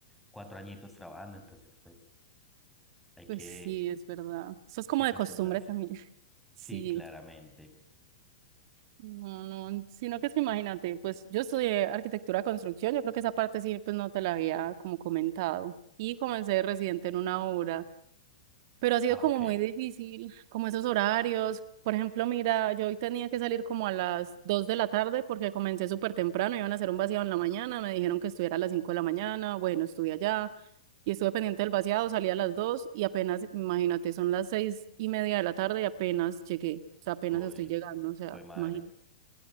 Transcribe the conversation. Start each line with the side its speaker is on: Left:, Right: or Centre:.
Centre: cuatro añitos trabajando, entonces pues, hay
Right: Pues
Centre: que,
Right: sí, es verdad. Eso es
Centre: hay
Right: como
Centre: que acostumbrarse.
Right: de costumbre también. <laughs>
Centre: Sí,
Right: Sí.
Centre: claramente.
Right: No, no, sino que es que imagínate, pues yo estudié arquitectura de construcción, yo creo que esa parte sí, pues no te la había como comentado. Y comencé de residente en una obra, pero ha sido
Centre: Ah,
Right: como
Centre: ok.
Right: muy difícil, como esos horarios. Por ejemplo, mira, yo hoy tenía que salir como a las 2 de la tarde porque comencé súper temprano, iban a hacer un vaciado en la mañana, me dijeron que estuviera a las 5 de la mañana, bueno, estuve allá y estuve pendiente del vaciado, salí a las 2 y apenas, imagínate, son las seis y media de la tarde y apenas llegué, o sea, apenas
Centre: Uy,
Right: estoy llegando, o sea,
Centre: fue madre.
Right: imagínate.